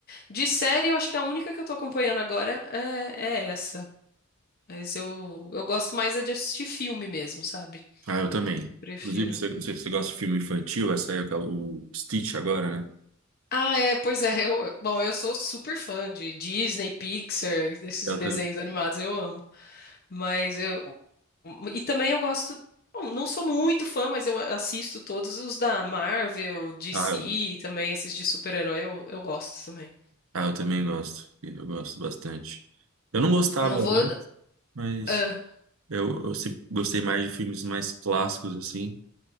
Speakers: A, on the left (about 45°); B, on the right (about 75°).
A: De série, eu acho que a única que eu tô acompanhando agora é, é essa. Mas eu, eu gosto mais é de assistir filme mesmo, sabe?
B: Ah, eu também.
A: Prefiro.
B: Inclusive, você, não sei se você gosta de filme infantil, vai sair aquela- o Stitch agora, né?
A: Ah, é, pois é. <laughs> Eu, bom, eu sou super fã de Disney, Pixar, desses
B: Eu
A: desenhos
B: também.
A: animados, eu amo. Mas eu. E também eu gosto. bom, não sou muito fã, mas eu assisto todos os da Marvel, DC,
B: Ah,
A: também esses de super-herói eu, eu gosto também.
B: Ah, eu também gosto. Eu gosto bastante. Eu não gostava
A: Não
B: antes,
A: vou.
B: mas
A: ah,
B: eu, eu sempre gostei mais de filmes mais clássicos, assim.